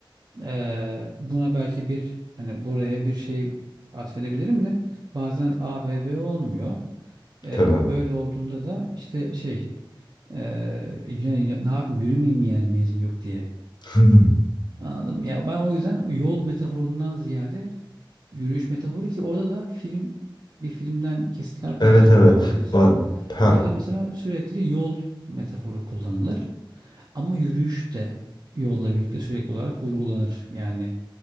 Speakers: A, on the right (about 50°); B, on the left (about 55°).
A: e, buna belki bir hani buraya bir şey atfedebilirim de bazen A B B olmuyor. E,
B: tabii.
A: böyle olduğunda da işte şey e, ya- ya- ne yapayım yürümeyeyim mi yani menzil yok diye.
B: <laughs>
A: Anladım. Ya ben o yüzden yol metaforundan ziyade yürüyüş metaforu ki orada da film bir filmden kesitler paylaştım
B: Evet evet.
A: babaziz
B: Ba- Ha
A: Orada mesela sürekli yol metaforu kullanılır. Ama yürüyüş de yolla birlikte sürekli olarak vurgulanır. Yani